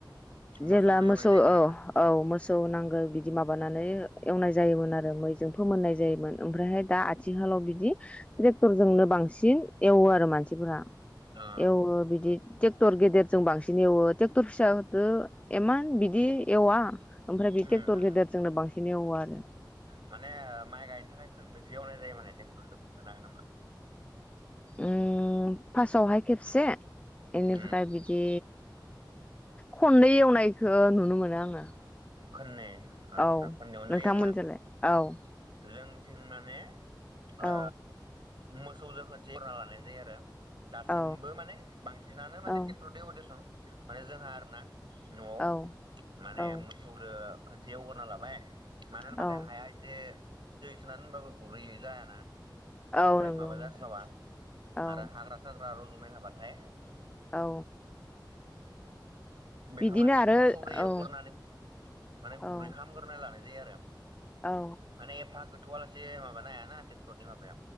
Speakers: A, on the right; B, on the left.
A: मोसौदो
B: जेब्ला
A: एवनाय
B: मोसौ
A: जायोमोन
B: औ
A: आरोना
B: औ मोसौ औ नांगोल बिदि माबानानै एवनाय जायोमोन आरो मैजों फोमोननाय जायोमोन ओमफ्रायहाय दा आथिखालाव बिदि ट्रेक्टरजोंनो बांसिन एवो आरो। मानसिफोरा।
A: ओ
B: एवो बिदि ट्रेक्टर गेदेरजों बांसिन एवो ट्रेक्टर फिसादो एमान बिदि एवा। ओमफ्राय बे
A: उम
B: ट्रेक्टर
A: उम
B: गेदेर जोंनो बांसि <unintelligible> आरो
A: माने माइ गायनो थाखाय खोनबेसे एवनाय जायो माने ट्रेक्टर जों खोन्थानो हागोन नामा?
B: उम फारसआव हाय खेबसे। इनिफ्राय
A: उम
B: बिदि खननै एवनायखौ नुनो मोनो आङो।
A: खोनै आदसा
B: औ
A: खोननैयावनो
B: नोंथांमोनजोंलाय
A: जायो आरोना
B: औ
A: जोंथिं माने अ
B: औ
A: मोसौजों खनसे एवना लानाय जायो आरो दासिमबो
B: औ
A: माने बांसिनानो माने
B: औ
A: ट्रेक्टर दो एवो देसुन माने जोंहा आरोना न'आव
B: औ
A: माने
B: औ
A: मोसौदो खनसे एवग्रोना लाबाय मानो होनबाथाय
B: औ
A: हाया दै सोनानै होनबाबो गुरै जायाना बांद्राय
B: औ नंगौ
A: माबा जास्लाबा
B: नोंथां औ
A: आरो हाग्रा साग्रा र मोनाबाथाय
B: औ
A: बेखौ
B: बिदिनो
A: माने
B: आरो
A: मोसौ दो एवग्रोनानै
B: औ
A: <unintelligible> माने गुरै
B: औ
A: खालामग्रोनानै लानाय जायो आरो
B: औ
A: माने एफा गोथौआलासे माबा हायाना ट्रेक्टरनि माबाया